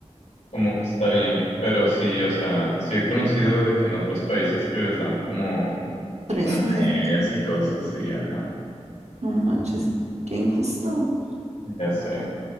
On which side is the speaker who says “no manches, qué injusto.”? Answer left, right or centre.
Right